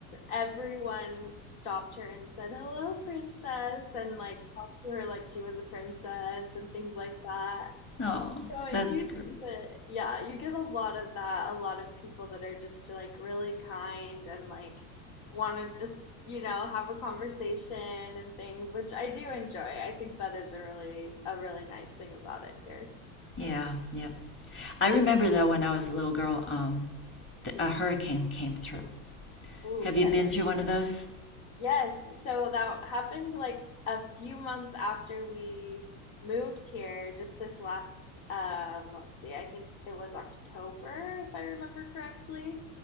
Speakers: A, on the left (about 75°); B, on the left (about 30°).
A: everyone stopped her and said, "Hello, princess," and like talked to her like she was a princess and things like that.
B: Oh,
A: So I
B: that's
A: do
B: great.
A: think that, yeah, you get a lot of that, a lot of people that are just like really kind and like want to just, you know, have a conversation and things, which I do enjoy. I think that is a really a really nice thing about it here.
B: Yeah, yeah. I remember though when I was a little girl, um, th- a hurricane came through.
A: Oh,
B: Have you
A: yes.
B: been through one of those?
A: Yes, so that happened like a few months after we moved here, just this last um let's see, I think it was October if I remember correctly.